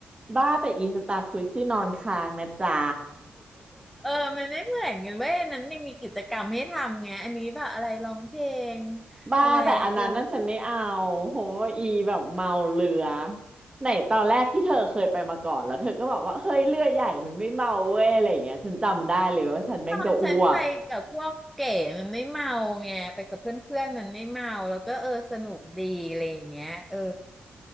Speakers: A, on the right (about 25°); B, in the centre.
A: บ้าแต่อีสตาร์ครุยส์คือนอนค้างนะจ๊ะ
B: เออมันไม่เหมือนกันเว้ยอันนั้นยังมีกิจกรรมให้ทำไงอันนี้แบบอะไรร้องเพลง
A: <laughs> บ้าแต่อันนั้นน่ะฉันไม่เอา
B: อะไรเออ
A: โหอีแบบเมาเรือไหนตอนแรกที่เธอเคยไปมาก่อนแล้วเธอก็บอกว่าเฮ้ยเรือใหญ่มันไม่เมาเว้ยอะไรอย่างเงี้ยฉันจำได้เลยว่าฉันแม่งจะอ้วก
B: ตอนฉันไปกับพวกเก๋มันไม่เมาไงไปกับเพื่อนๆมันไม่เมาแล้วก็เออสนุกดีอะไรอย่างเงี้ยเออ